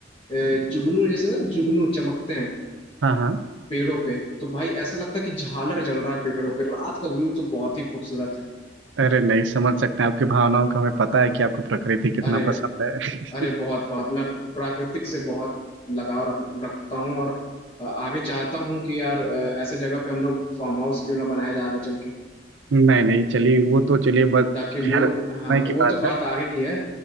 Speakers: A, on the left; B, on the right.
A: अ, जुगनू जैसे होता है, जुगनू चमकते हैं
B: हाँ हाँ
A: पेड़ों पे तो भाई ऐसा लगता है कि झालर जल रहा है पेड़ों पे रात का व्यू तो बहुत ही खूबसूरत है
B: अरे नहीं समझ सकते हैं आपकी भावनाओं का हमें पता है कि आपको प्रकृति कितना
A: अरे
B: पसंद है <laughs>
A: अरे बहुत बहुत मैं प्राकृतिक से बहुत लगाव रख, रखता हूँ और अ, आगे चाहता हूँ कि यार अ, ऐसे जगह पे हम लोग फार्म हाउस क्यों ना बनाया जाए आगे चल के
B: नहीं नहीं चलिए वो तो चलिए बस
A: ताकि मूड
B: खैर समय
A: हाँ
B: की
A: वो
B: बात
A: तो बात
B: है
A: आगे की है